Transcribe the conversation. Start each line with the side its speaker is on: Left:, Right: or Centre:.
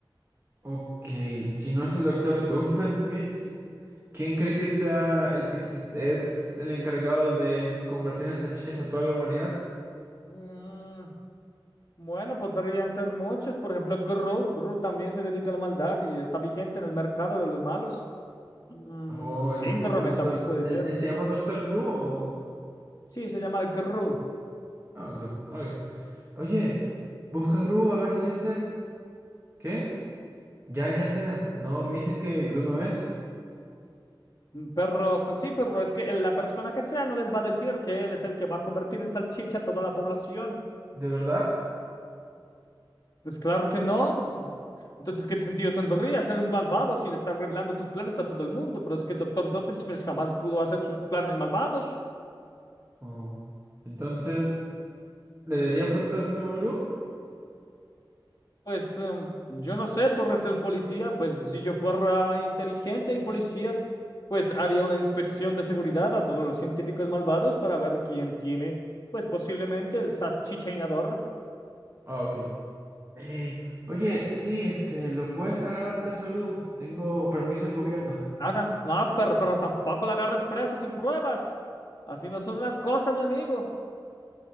Right: Ok, si no es el doctor Doofenshmirtz. ¿Quién cree que sea el que se- es el encargado de convertir en salchichas a toda la humanidad?
Left: Mm, bueno, podrían ser muchos. Por ejemplo, Gru. Gru también se dedica a la maldad y está vigente en el mercado de los malos. Mm,
Right: ¿O
Left: síndrome
Right: el, el doctor...
Left: también puede
Right: El,
Left: ser.
Right: eh, ¿se llama Doctor Gru o...?
Left: Sí, se llama Gru.
Right: Ah, Gru. ok. Oye, busca a Gru a ver si es él. ¿Qué? Ya, ya queda. No, me dice que Gru no es.
Left: Mm, Pero pues sí, pero es que el- la persona que sea no les va a decir que él es el que va a convertir en salchicha a toda la población.
Right: ¿De verdad?
Left: Pues claro que no. pues, entonces, ¿qué sentido tendría ser un malvado si le estás revelando tus planes a todo el mundo? Pero es que el doctor Doofenshmirtz jamás pudo hacer sus planes malvados.
Right: Oh. Entonces, ¿le debería preguntar de nuevo a Gru?
Left: Pues em, yo no sé, tú eres el policía. Pues si yo fuera inteligente y policía, pues haría una inspección de seguridad a todos los científicos malvados para ver quién tiene, pues posiblemente el salchichainador.
Right: Ah, ok. Eh, oye, sí, este, lo puedes agarrar preso a Gru. Tengo permiso del gobierno.
Left: Nada, nada, pero, pero tampoco la agarres presa sin pruebas. Así no son las cosas, mi amigo.